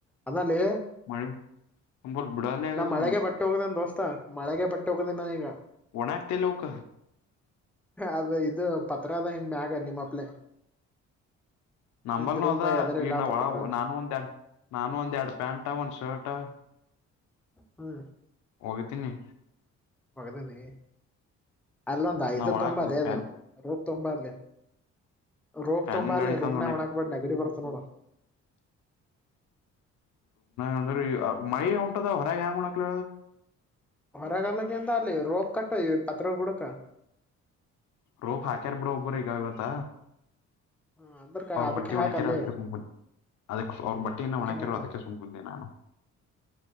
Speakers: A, in the centre; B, on the left.
A: ಅದಲ್ಲಿ
B: ಮಳಿ ನಿಂಬಲ್ಲಿ ಬಿಡಾಲೆ ಆಗ್ಯದ
A: ನಾ ಮಳೆಗೆ ಬಟ್ಟೆ ಹೋಗ್ದನ್ ದೋಸ್ತಾ ಮಳೆಗೆ ಬಟ್ಟೆ ಹೋಗದೆ ನ ಈಗ
B: ಒಣಕತೆ ಲೋಕ
A: ಅದು ಇದು ಪತ್ರದ ಹಿಂಗ ಮ್ಯಾಗ ನಿಮ್ಮಪ್ಲೆ
B: ನಂಬಲ್ನು
A: ನಿಂದ್ ರೂಮ್
B: ಅದ
A: ಎದರಿಲ್ಲ
B: ಈ ನಾವ
A: ಪತ್ರ
B: ಒಳ ನಾನು ಒಂದ್ ಎರಡ್ ನಾನು ಒಂದ್ ಎರಡ ಪ್ಯಾಂಟ್ ಒಂದ್ ಶರ್ಟ್
A: ಹ್ಮ
B: ಹೋಗತೀನಿ
A: ಒಗದದಿ ಅಲ್ಲೊಂದು ಐದು
B: ನಾವ್ ಒಳಗ
A: ತುಂಬ ಅದ
B: ಫ್ಯಾನ್
A: ಅದು. ತಂಬ ರೋಪ
B: ಫ್ಯಾನಿನ
A: ತುಂಬಾ
B: ಗಾಳಿ
A: ಅ
B: ತಂದ
A: ರೋಮ ನ
B: ಒಣ
A: ಒಣಾ ಹಾಕ ಬೇಕು ನಗಡಿ ಬರ್. <unintelligible>
B: ಅಂದ್ರ ಮೈ ಉಂಟದ ಹೊರಗೆ ಹೆಯಾಂಗ ಉಣಕ್ಲ.
A: ಹೊರಗಾಲಕ್ಕೆಂತ ಅಲ್ಲಿ ರೋಪ ಕಟ್ಟ ಪತ್ರ ಬುಡಕ.
B: ರೋಪ ಹಾಕ್ಯಾರ ಬಡೋ ಬ್ಬರಗಾವ ಅತ್ತ.
A: ಹ ಅಂದ್ರಕ ಅದಕ್ಕೆ
B: ಬಟ್ಟಿ
A: ಹಾಕ
B: ಒಣ ಕಕ್ಕೆ
A: ಅಲ್ಲಿ
B: ತು. ಅದಕ ಅವ್ರ
A: ಹ
B: ಬಟ್ಟೆನ್ನ ಒಣಕ್ಯರೋ
A: ಹಾಕ
B: ಅದಕ್ಕೆ ಸುಮ್ಮ ಕುತ್ತೇನೆ.